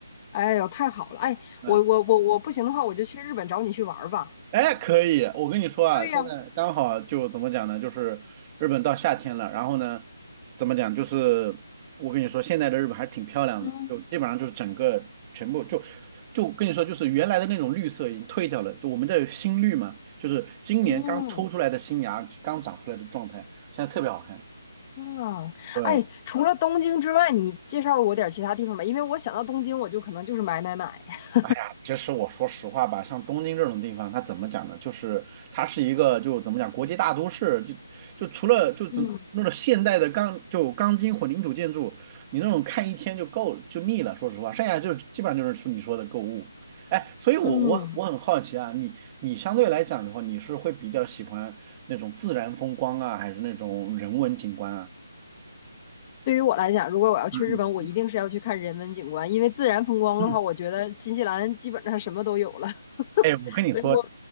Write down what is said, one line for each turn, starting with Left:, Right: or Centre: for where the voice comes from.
Left: 哎呦，太好了，哎，
Right: 嗯。
Left: 我我我我不行的话，我就去日本找你去玩儿吧。
Right: 哎，可以，我跟你说啊，
Left: 对呀，
Right: 现在刚好就怎么讲呢？就是日本到夏天了，然后呢，怎么讲？就是我跟你说，现在的日本还是挺漂亮的，
Left: 嗯
Right: 就基本上就是整个全部就就跟你说，就是原来的那种绿色已经退掉了，就我们这有新绿嘛，就是今年刚抽出来的新芽，
Left: 嗯
Right: 刚长出来的状态，现在特别好看。
Left: 啊，
Right: 对，
Left: 哎，除了东京之外，你介绍我点儿其他地方吧，因为我想到东京，我就可能就是买买买。<laughs>
Right: 哎呀，其实我说实话吧，像东京这种地方，它怎么讲呢？就是它是一个就怎么讲国际大都市，就就除了就怎那种现代的钢就钢筋混凝土建筑，
Left: 嗯
Right: 你那种看一天就够就腻了。说实话，剩下就基本上就是说你说的购物。哎，所以我我我很好奇啊，
Left: 嗯，
Right: 你你相对来讲的话，你是会比较喜欢那种自然风光啊，还是那种人文景观啊？
Left: 对于我来讲，如果我要去日本，
Right: 嗯
Left: 我一定是要去看人文景观，因为自然风光的话，
Right: 嗯嗯，
Left: 我觉得新西兰基本上什么都有了。<laughs>
Right: 哎，我跟你说，
Left: 所以我